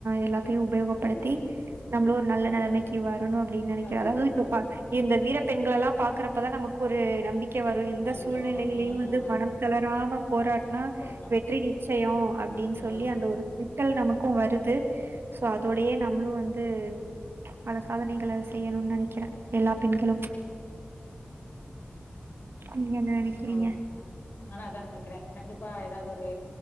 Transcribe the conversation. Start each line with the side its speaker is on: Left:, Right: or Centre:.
Right: எல்லாத்தையு உபயோகப்படுத்தி நம்மள ஒரு நல்ல நெலைமைக்கி வர ணும் அப்டின்னு நினைக்கிறே
Left: வரணு
Right: அளவு இப்ப இந்த வீர பெண்கயெல்லாம் பாக்குறப்பதான் நமக்கு ஒரு நம்பிக் <unintelligible> எந்த
Left: நம்பிக்க
Right: சூழ்நிலையிலயு
Left: வரு ம்
Right: வந்து மனம் தளராம போராடுனா
Left: போராடலா
Right: வெற்றி நிச்சயோ அப்டின்னு
Left: ம்
Right: சொல்லி அந்த ஒரு <unintelligible> நமக் க்கும் வருது சோ அதோடயே நம்மளு வந்து பல சாதனைகளை செய்யணுன்னு நெனைக்கிறே எல்லா பெண்களும் நீங்க என்ன நெனைக்கிறீங்க
Left: ஹா நானும் அதான் நனைக்கிறேன் கண்டிப்ப இப்பா ஏதாவது ஒரு